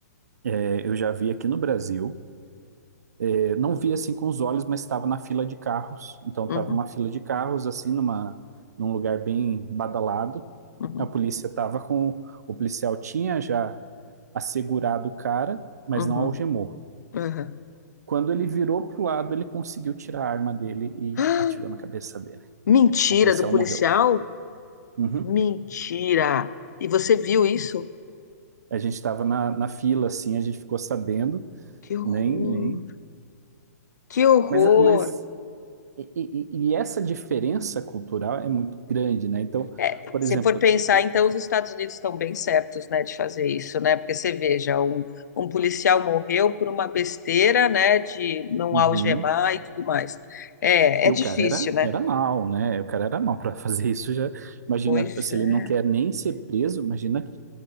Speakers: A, on the right; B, on the left.
A: é, eu já vi aqui no Brasil, é, não vi assim com os olhos, mas estava na fila de carros. Então
B: uhum,
A: estava uma fila de carros, assim, numa, num lugar bem badalado.
B: uhum,
A: A polícia estava com. O policial tinha já assegurado o cara, mas
B: uhum,
A: não algemou.
B: uhum.
A: Quando ele virou pro lado, ele conseguiu tirar a arma dele e
B: Ah,
A: atirou na cabeça dele.
B: <gasps> Mentira
A: o policial
B: do policial?
A: morreu. Uhum.
B: Mentira! E você viu isso?
A: A gente estava na, na fila, assim, a gente ficou sabendo,
B: Que horror!
A: nem, nem.
B: Que horror!
A: Mas, mas e, e- e essa diferença cultural é muito grande, né? Então,
B: É,
A: por
B: se
A: exemplo,
B: for pensar,
A: e-
B: então os Estados Unidos estão bem certos, né, de fazer isso, né? Porque você veja, um, um policial morreu por uma besteira, né, de não
A: uhum.
B: algemar e tudo mais. É,
A: E
B: é difícil,
A: o cara era,
B: né?
A: era mal, né? O cara era mal para <laughs> fazer isso. Já imagina
B: Pois
A: se
B: é.
A: ele não quer nem ser preso, imagina